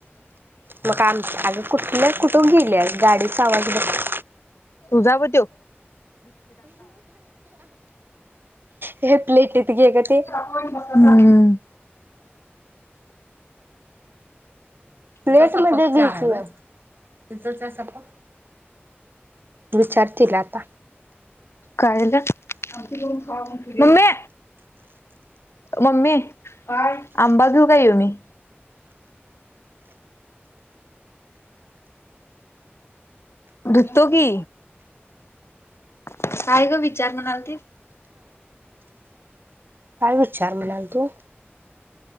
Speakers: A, on the right; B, on the left.
A: मग आमच कुठले कुठून गेले गाडीचा आवाज बघ.
B: तू जावं देव.
A: घेतलोय की घे गं ते.
B: हम्म.
A: प्लेट मध्ये जेव की गं. विचारतील आता
B: काय म्हणता, मम्मे मम्मी काय आंबा घेऊ का ह्यो मी. धुतो की. काय ग विचार म्हणाल ती.
A: काय विचार म्हणाल तू.